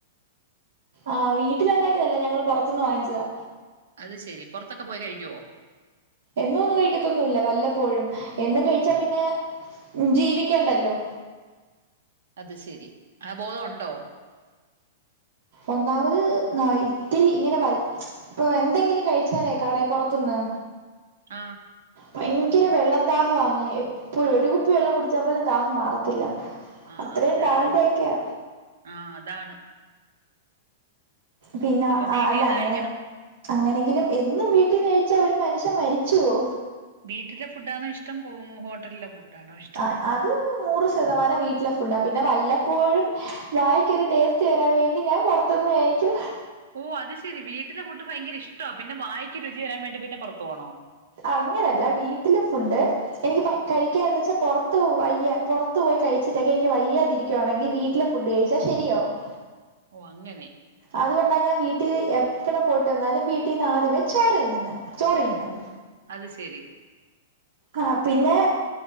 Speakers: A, on the right (about 65°); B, on the right (about 85°).
A: ആഹ് വീട്ടിലുണ്ടാക്കിയതല്ല ഞങ്ങള് പൊറത്ത്ന്ന് വാങ്ങിച്ചതാ.
B: അത് ശെരി പൊറത്തൊക്കെ പോയി കഴിക്കോ?
A: എന്നൊന്നും കഴിക്കത്തൊന്നുല്ല വല്ലപ്പോഴും എന്നും കഴിച്ചാ പിന്നെ ജീവിക്കണ്ടല്ലോ.
B: അത് ശെരി ആ ബോധൊണ്ടോ?
A: ഒന്നാമത് ന ഇത്തിരി ഇങ്ങനെ വ ഇപ്പൊ എന്തെങ്കിലും കഴിച്ചാലേ കട പൊറത്തുന്ന്
B: ആ
A: ഭയങ്കര വെള്ളം ദാഹം ആങ്ങ് എപ്പോഴും ഒരു കുപ്പി വെള്ളം കുടിച്ചാൽ പോലും ദാഹം മാറത്തില്ല
B: ആ
A: അത്രയും
B: അവരതിനത്
A: ഡാൾഡയൊക്കെയാ
B: ആ അതാണ്
A: പിന്നെ
B: അപ്പൊ
A: ആ
B: വീട്ടിൽ
A: അല്ല
B: നിന്ന്
A: അങ്ങനെ
B: കഴിക്കണം.
A: അങ്ങനെങ്കിലും എന്നും വീട്ടിന്ന് കഴിച്ചാൽ ഒരു മനുഷ്യൻ മരിച്ചുവോ
B: വീട്ടിലെ ഫുഡാണോ ഇഷ്ടം പോകും ഹോട്ടലിലെ ഫുഡാണോ ഇഷ്ടം?
A: ആ അത് നൂറ് ശതമാനം വീട്ടിലെ ഫുഡാ പി ഞാൻ വല്ലപ്പോഴും വായിക്കൊരു ടേസ്റ്റ് വരാൻ വേണ്ടി ഞാൻ പൊറത്തുന്ന് കഴിക്കും
B: ഓ അത് ശരി വീട്ടിലെ ഫുഡ് ഭയങ്കര ഇഷ്ടവ പിന്നെ വായിക്ക് രുചി വെരാൻ വേണ്ടി പിന്നെ പുറത്തു പോണോ
A: അങ്ങനെയല്ല വീട്ടില് ഫുഡ് എനിക്ക് കഴിക്കാന്ന് വെച്ചാൽ പുറത്ത് വയ്യ പുറത്ത് പോയി കഴിച്ചിട്ടൊക്കെ എനിക്ക് വയ്യാതിരിക്കുയാണെങ്കിൽ വീട്ടിലെ ഫുഡ് കഴിച്ചാൽ ശരിയാവും
B: ഓ അങ്ങനെ
A: അതുകൊണ്ടാ ഞാൻ വീട്ടിൽ എപ്പടെ പോയിട്ട്ന്നാലും വീട്ടിൽ നിന്ന് ആദ്യമേ ചോറ് തിന്നുന്നെ ചോറ് തിന്നും
B: ഉം അത് ശെരി
A: ആ പിന്നെ